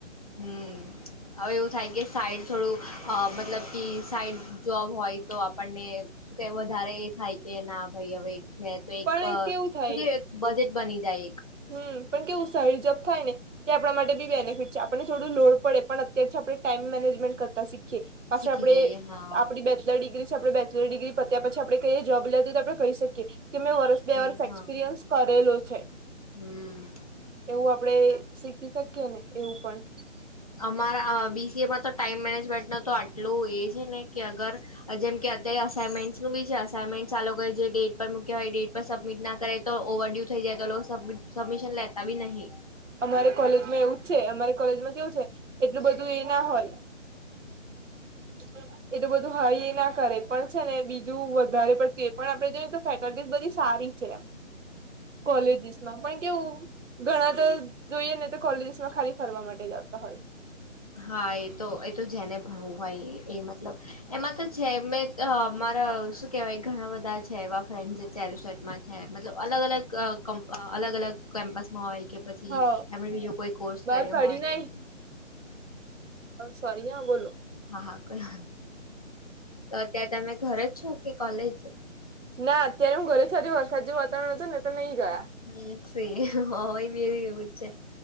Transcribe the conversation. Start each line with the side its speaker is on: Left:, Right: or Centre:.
Left: હમ હવે એવું થાય કે સાઈડ થોડું અ મતલબ કે સાઈડ જોબ હોય તો આપણને શું કેવાય વધારે એ થાય કે ના ભાઈ હવે છે તો એક
Right: પણ કેવું થાય
Left: શું કે બજેટ બની જાય એક.
Right: હમ પણ કેવું સંયોજક થાય ને તે આપણા માટે બી બેનિફિટ છે. આપણને થોડું લોડ પડે પણ અત્યારથી આપણે ટાઈમ મેનેજમેન્ટ કરતા શી ખીએ. પાછા
Left: શીખી
Right: આપડે
Left: જઈએ હા
Right: આપડી બે ચલર ડિગ્રી છે. આપણે બેચલર ડિગ્રી પત્યા પછી આપણે કયા જોબ લેતી તો આપણે કહી શકીએ. કે મેં વર્ષ બે
Left: કે
Right: વર્ષ
Left: હા
Right: એક્સપિરિયન્સ કરેલો છે.
Left: હમ
Right: એવું આપડે
Left: ના
Right: શીખી શકીએ ને એવું પણ.
Left: અમારા બીસીએમાં તો ટાઈમ મેનેજમેન્ટનો તો આટલો એ છે ને કે અગર અ જેમ કે અત્યારે અસાઇનમેન્ટ નું બી છે અસાઇનમેન્ટ આ લોકોએ જે ડેટ પર મુક કેય ડેટ પર સબમિટ ના કરે તો ઓવરડ્યુ થઈ જાય તો લો સબ સબમિશન લેતા બી નહીં.
Right: અમારે કોલેજમાં એવું જ છે. અમારે કોલેજમાં કેવું છે એટલું બધું એ ના હોય. <inaudible> એ તો બધું હાઈ એ ના કરે પણ છે ને બીજું વધારે પડતું એ પણ આપડે જોઈએ ને તો ફેકલ્ટી બધી સારી છે એમ. કોલેજીસમાં પણ કેવું ઘણા તો જોઈએ ને તો કોલેજીસમાં ખાલી ફરવા માટે જ આવતા હોય.
Left: હા એ તો એ તો જેને ભણું હોય એ મતલબ એમાં તો છે મેં મારા શું કેવાય ઘણા બધા છે એવા ફ્રેન્ડ જે ચાલી સેટમાં છે મતલબ અલગ અલગ અલગ અલગ કેમ્પસમાં હોય. કે પછી
Right: હા
Left: એમણે બીજો કોઈ કોર્સ
Right: બહાર
Left: કર્યો
Right: કાઢી
Left: હોય
Right: ના
Left: એવું.
Right: સોરી હા. બોલો
Left: હા હા કઈ વાંધો નહીં. તો અત્યાર તમે ઘર જ છો કે કોલેજ?
Right: ના અત્યારે હું ઘરે છું આજે વરસાદ જેવું વાતાવરણ હતું ને તો નહી ગયા.
Left: હમ સી હોય બી એવું જ છે.